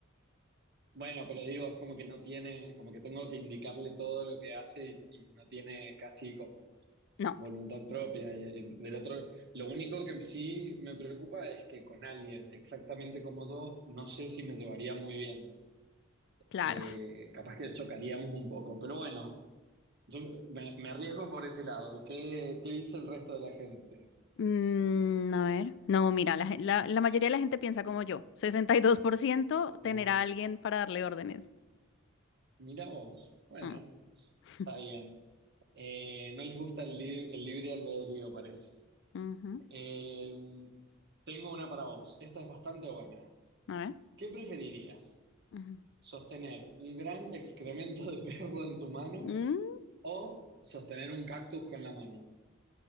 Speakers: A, on the right; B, on the left.
A: Bueno, pero digo, es como que no tiene, como que tengo que indicarle todo lo que hace y, y no tiene casi como
B: No,
A: Voluntad propia. y- y Del otro, lo único que sí me preocupa es que con alguien exactamente como yo, no sé si me llevaría muy bien.
B: claro.
A: Eh, capaz que chocaríamos un poco, pero bueno, yo me, me arriesgo por ese lado. ¿Qué, qué dice el resto de la gente?
B: Mm, a ver, no, mira, la, gen- la- la mayoría de la gente piensa como yo. 62% tener
A: Ah,
B: a alguien para darle órdenes.
A: mira vos. Bueno,
B: Mm. <laughs>
A: está bien. Eh, no les gusta el, lib- el libre albedrío, parece.
B: Ujú,
A: Eh, tengo una para vos. Esta es bastante buena.
B: A ver.
A: ¿Qué preferirías?
B: Ujú.
A: Sostener un gran excremento de perro en tu mano
B: Mm,
A: o sostener un cactus con la mano.